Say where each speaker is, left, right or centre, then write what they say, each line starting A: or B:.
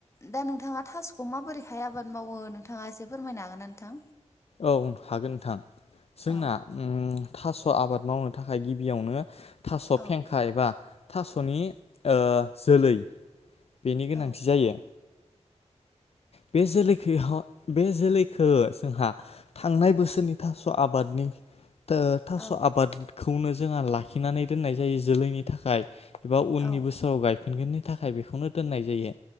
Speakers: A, on the left (about 25°); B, on the left (about 55°).
A: दा नोंथांङा थास'खौ माबोरैहाय' आबाद मावो नोंथांङा एसे फोरमायनो हागोनना नोंथां
B: औ हागोन नोंथां जोंना
A: औ
B: उम थास' आबाद मावनो थाखाय गिबियावनो थास'
A: औ
B: फेंखा एबा थास'नि ओ जोलै बिनि गोनांथि
A: औ
B: जायो बे जोलैखो ह' बे जोलैखो जोंहा थांनाय बोसोरनि थास' आबादनि ओ थास'
A: औ
B: आबादखौनो जोंहा थिनानै दोननाय जायो जोलैनि थाखाय एबा उननि
A: औ
B: बोसोराव गायफिनगोननि थाखाय बेखौनोथ दोननाय जायो